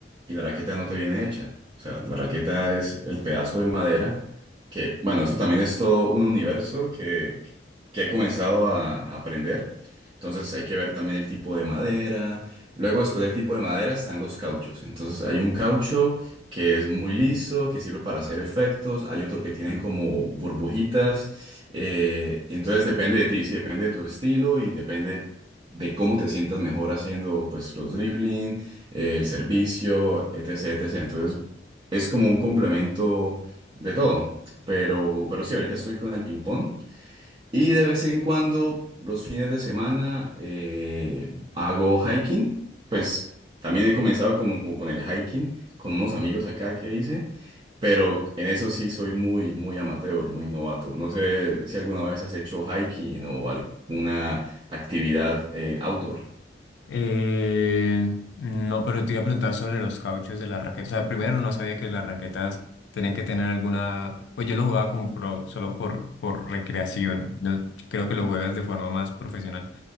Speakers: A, on the right; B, on the left.
A: y la raqueta no te viene hecha. O sea, la raqueta es el pedazo de madera que, bueno, eso también es todo un universo que, que he comenzado a, a aprender. Entonces hay que ver también el tipo de madera. Luego, después del tipo de madera, están los cauchos. Entonces hay un caucho que es muy liso, que sirve para hacer efectos. Hay otro que tiene como burbujitas. Eh, entonces depende de ti, sí, depende de tu estilo y depende de cómo te sientas mejor haciendo pues los dribbling eh, el servicio, etc, etc. Entonces, es como un complemento de todo. Pero, pero sí, ahorita estoy con el ping-pong. Y de vez en cuando, los fines de semana, eh, hago hiking. Pues también he comenzado como con el hiking, con unos amigos acá que hice. Pero en eso sí soy muy, muy amateur, muy novato. No sé si alguna vez has hecho hiking o alguna actividad eh, outdoor.
B: Eh, no, pero te iba a preguntar sobre los cauchos de las raquetas. O sea, primero no sabía que las raquetas tenían que tener alguna. Pues yo lo jugaba como pro, solo por, por recreación. No creo que lo juegas de forma más profesional.